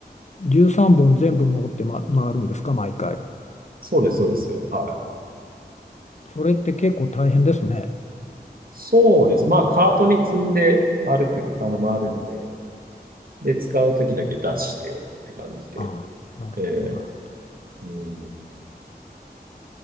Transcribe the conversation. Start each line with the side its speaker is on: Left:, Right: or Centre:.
Left: 13本全部持って、ま、回るんですか毎回。
Right: そうです、そうです。はい。
Left: それって結構大変ですね。
Right: そうです。まあ、カートに積んで歩く、あの、回るんで、で、使うときだけ出してって感じで。
Left: ああ、なるほど、
Right: ええ
Left: なるほど。
Right: うん。